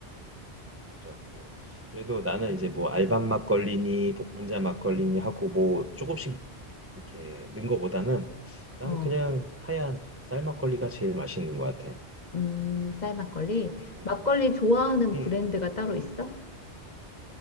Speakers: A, on the right (about 20°); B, on the left (about 40°).
A: 맞아. 음. 그래도 나는 이제 뭐 알밤 막걸리니, 복분자 막걸리니 하고 뭐 조금씩 이렇게 넣은 거보다는 나는
B: 어,
A: 그냥 하얀 쌀 막걸리가 제일 맛있는 것 같아.
B: 음, 쌀 막걸리.
A: 음,
B: 막걸리 좋아하는
A: 음,
B: 브랜드가 따로 있어?